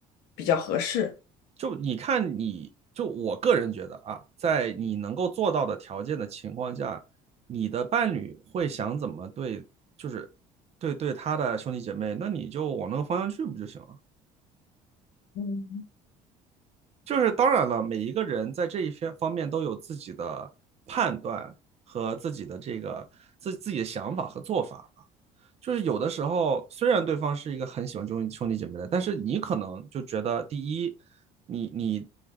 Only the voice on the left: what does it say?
比较合适？
嗯，